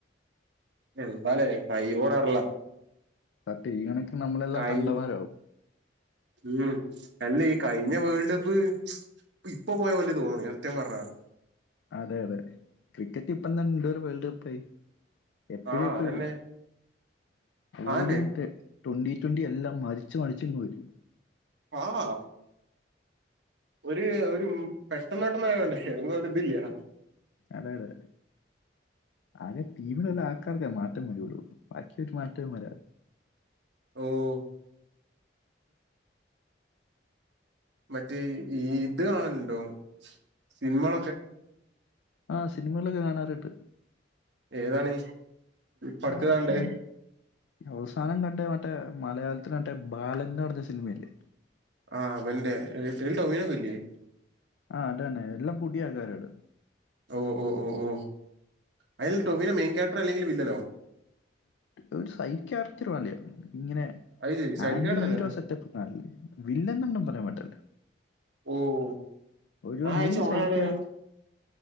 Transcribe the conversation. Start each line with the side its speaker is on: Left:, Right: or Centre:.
Right: എന്താലേ ടൈം പോണാറില്ല
Left: ടി ഈ കണക്കി നമ്മളെല്ലാം
Right: കൈ
Left: തണ്ടമാരാവും
Right: ഉം അല്ല ഈ കഴിഞ്ഞ വേൾഡ് കപ്പ് ഇപ്പൊ പോയ പോലെ തോന്നുന്നു സത്യം പറഞ്ഞാ
Left: അതെ അതെ ക്രിക്കറ്റ് ഇപ്പം തന്നെ ഒരു വേൾഡ് കപ്പായി എപ്പഴും
Right: ആ
Left: എപ്പഴും
Right: അതന്നെ ആന്നെ
Left: ഓടിയും ട്വന്റി ട്വന്റി എല്ലാം മറിച്ച് മറിച്ച് ഇങ്ങ് വരും
Right: ആഹ് ഒരു ഒരു പെട്ടെന്ന് പെട്ടെന്ന് ഒരു ഇതില്യാ
Left: അതാണ് ആദ്യം ടീമിലുള്ള ആൾക്കാർക്കേ മാറ്റം വരുള്ളൂ ബാക്കി ഒരു മാറ്റവും വരാ
Right: ഓഹ് മറ്റേ ഈ ഇത് കാണലുണ്ടോ സിനിമാ
Left: ആഹ് സിനിമകളൊക്കെ കാണാറിണ്ട്
Right: ഏതാണ് പഠിച്ചതാണ്ട്
Left: ഞാനിപ്പം അവസാനം കണ്ട മറ്റേ മലയാളത്തിലെ മറ്റേ ബാലൻന്ന് പറഞ്ഞ സിനിമയില്ലേ
Right: ആഹ് അവൻ്റെ <unintelligible> ടോവിനോ ഇല്ലേ
Left: ആഹ് അതന്നെ എല്ലാം പൊടി ആൾക്കാരാണ്
Right: ഓഹ് ഓഹ് ഓഹ് ഓഹ് അതിൽ ടൊവിനൊ മെയിൻ ക്യാരക്ടർ അല്ലെങ്കിൽ വില്ലനോ
Left: ഒരു സൈക്യാട്രി മാതിരി ഇങ്ങനെ
Right: അത് ശരി സൈഡ്
Left: ആന്റി
Right: ക്യാരക്ടർ
Left: ഹീറോസ്
Right: അല്ലേ
Left: സെറ്റപ്പ് ല്ലേ വില്ലൻ എന്നൊന്നും പറയാൻ പറ്റില്ല
Right: ഓഹ് <unintelligible>
Left: ഒരു
Right: ഞഴച്ച
Left: മെയിൻ
Right: ഓനാണ്
Left: സൈഡ് ക്യാരക്ടർ